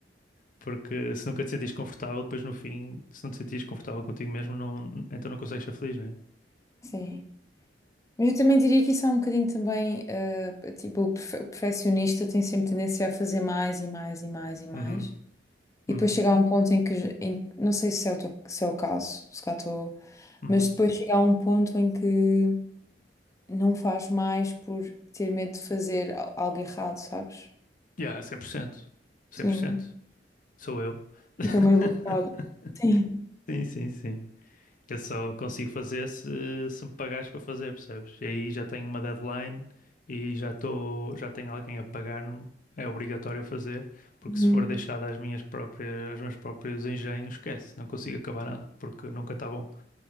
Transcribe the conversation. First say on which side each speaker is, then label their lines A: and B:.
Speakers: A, on the left (about 50°); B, on the left (about 20°).
A: porque se nunca te sentires confortável, depois no fim, se não te sentires confortável contigo mesmo, não, então não consegues ser feliz, não é?
B: Sim. Mas eu também diria que isso é um bocadinho também, eh, tipo, o perfe- o perfeccionista tem sempre tendência a fazer mais e mais e mais e mais.
A: Uhum,
B: E
A: uhum,
B: depois chegar a um ponto em que, j- em- não sei se é o, teu- se é o caso, se cá estou,
A: uhum.
B: mas depois chegar a um ponto em que não faz mais por ter medo de fazer al- algo errado, sabes?
A: Yeah, cem por cento cem
B: Sim.
A: por cento. Sou eu. <laughs>
B: Fica meio bloqueado. Sim.
A: Sim, sim, sim. Eu só consigo fazer se, se me pagares para fazer, percebes? E aí já tenho uma deadline e já estou, já tenho alguém a pagar-me, é obrigatório fazer, porque
B: Uhum.
A: se for deixado às minhas próprias, aos meus próprios engenhos, esquece, não consigo acabar nada, porque nunca está bom.